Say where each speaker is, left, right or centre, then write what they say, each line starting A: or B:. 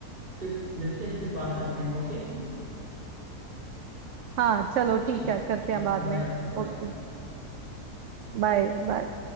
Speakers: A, on the right; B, on the right.
A: फिर मिलते हैं फिर बात करते हैं ओके
B: हाँ चलो
A: ठीक
B: ठीक है करते
A: ठीक
B: हैं बाद
A: है बाय
B: में
A: बाय
B: ओके Bye bye